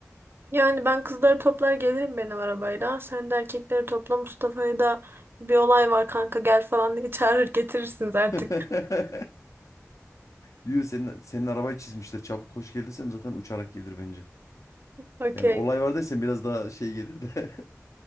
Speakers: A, on the right (about 45°); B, on the left (about 80°).
A: Yani ben kızları toplar gelirim benim arabayla. Sen de erkekleri topla Mustafa'yı da bir olay var kanka gel falan diye <laughs> çağırır getirirsiniz artık.
B: <laughs> Yürü senin, senin arabayı çizmişler. Çabuk koş gel desem zaten uçarak gelir bence.
A: Okey.
B: Yani olay var desem biraz daha şey gelir de.